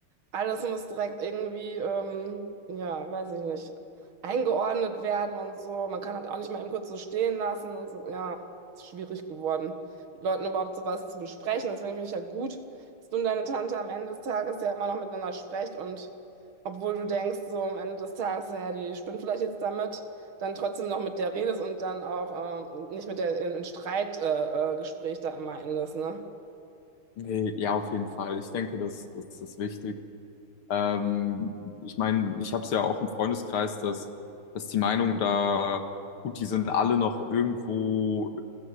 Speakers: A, on the right; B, on the left.
A: Alles muss direkt irgendwie, ähm, ja, weiß ich nicht, eingeordnet werden und so. Man kann halt auch nicht mal eben kurz so stehen lassen und so. Ja, ist schwierig geworden, mit Leuten überhaupt sowas zu besprechen. Deswegen finde ich ja gut, dass du und deine Tante am Ende des Tages ja immer noch miteinander sprecht und obwohl du denkst, so am Ende des Tages, ja, die spinnt vielleicht jetzt damit, dann trotzdem noch mit der redest und dann auch äh, nicht mit der in, in Streitgespräch äh, äh, Gespräch da immer endest, ne?
B: Nee, ja, auf jeden Fall. Ich denke, das, das ist wichtig. Ähm, ich meine, ich habe es ja auch im Freundeskreis, dass, dass die Meinungen da, gut, die sind alle noch irgendwo